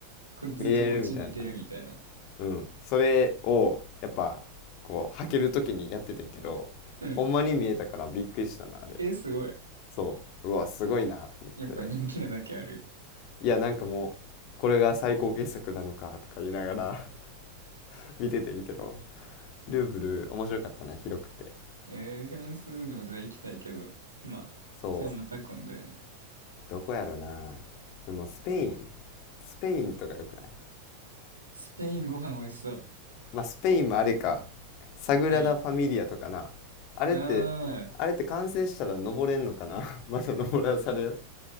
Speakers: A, on the right; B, on the left.
A: こうずっとこっち見てるみたいな。
B: う見れるみたいなうんそれをやっぱこう履ける時にやっててんけどほんまに見えたからびっくりしたなあれ
A: うん。えー、すごい。
B: そううわすごいなと思って
A: やっぱ人気なだけある。
B: いやなんかもうこれが最高傑作なのかとか言いながら <laughs> 見ててんけどルーブル面白かったな広くて
A: えー、フランスもじゃあ行きたいけど、まあ、
B: そう
A: それはまた今度やな。
B: どこやろなでもスペインスペインとかよくない
A: スペインご飯美味しそう。
B: まあスペインもあれかサグラダ・
A: あり。
B: ファミリアとかなあれってあれって完成したら登れんのかな
A: ああ、
B: <laughs> まだ登らされる